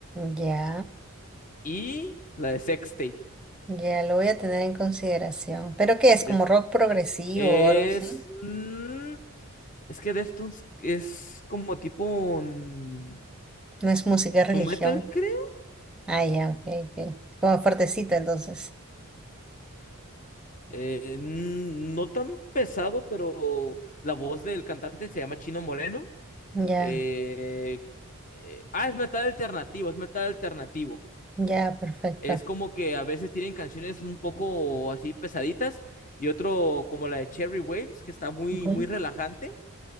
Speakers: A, in the centre; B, on the left (about 35°).
A: ya,
B: y la de Sex Tape.
A: ya, lo voy a tener en consideración. ¿Pero qué es?
B: Es,
A: ¿Como rock progresivo
B: es,
A: o algo así?
B: mm, es que Deftones es como tipo mm,
A: No es música, es religión.
B: nu metal, creo.
A: Ah, ya, ok, ok. Como fuertecito entonces.
B: Eh, mm, no tan pesado, pero la voz del cantante se llama Chino Moreno
A: Ya,
B: Eh, eh, ah, es metal alternativo, es metal alternativo.
A: ya, perfecto.
B: Es como que a veces tienen canciones un poco así pesaditas y otro como la de Cherry Waves, que está muy,
A: Ujú,
B: muy relajante.